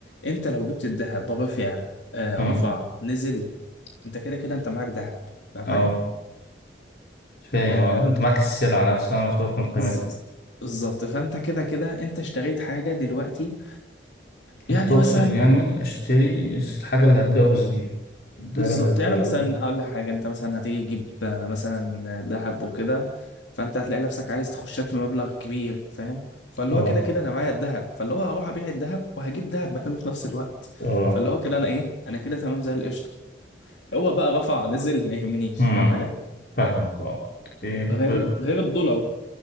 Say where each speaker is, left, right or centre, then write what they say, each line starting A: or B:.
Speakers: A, on the left; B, on the left.
A: انت لو جبت الذهب رفع آه
B: أمم
A: رفع نزل انت كده كده انت معاك ذهب فاهم حاجه
B: أه فاهم
A: آه
B: آه، أنت معاك السلعة نفسها مسؤول من قيمتها
A: ز- ز- بالظبط فانت كده كده انت اشتريت حاجه دلوقتي يعني
B: انت تقصد
A: مثلا
B: يعني اشتري الحاجة اللي هتجوز بيها الدهب
A: بالظبط
B: اللي هتجوز
A: يعني مثلا
B: بيها
A: اقول لك حاجه انت مثلا هتيجي تجيب آه، مثلا ذهب وكده فانت هتلاقي نفسك عايز تخشك في مبلغ كبير فاهم فاللي
B: اه
A: هو كده كده انا معايا الذهب فاللي هو هروح ابيع الذهب وهجيب ذهب مكانه في نفس الوقت
B: اه
A: فاللي هو كده انا ايه انا كده تمام زي القشطه هو بقى رفع نزل ما يهمنيش
B: امم
A: فاهم حاجه
B: فاهمك اه طيب
A: غير غير الدولار